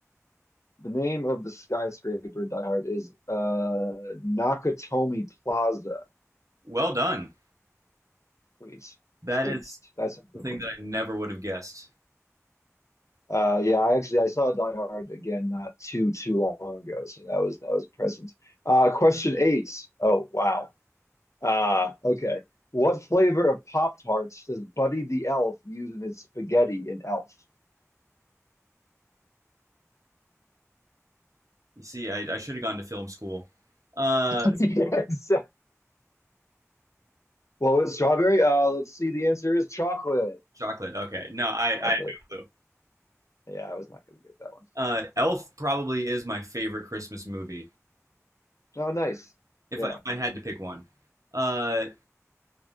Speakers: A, on the left (about 65°); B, on the right (about 85°).
A: The name of the skyscraper in Die Hard is uh Nakatomi Plaza.
B: Well done.
A: Sweet.
B: That
A: Sweet.
B: is
A: That's a good
B: something
A: one.
B: that I never would have guessed.
A: Uh yeah, I actually I saw Die Hard again not too too long ago, so that was that was present. Uh question eight. Oh wow. Uh, Okay. What flavor of Pop Tarts does Buddy the Elf use in his spaghetti in Elf?
B: You see, I, I should have gone to film school. Uh,
A: <laughs> yes. Well, it's strawberry. Uh, let's see. The answer is chocolate.
B: chocolate. Okay, no, I,
A: Chocolate.
B: I have no clue.
A: Yeah, I was not going to get that one.
B: Uh, Elf probably is my favorite Christmas movie.
A: Oh, nice.
B: If
A: Yeah.
B: I, if I had to pick one, uh,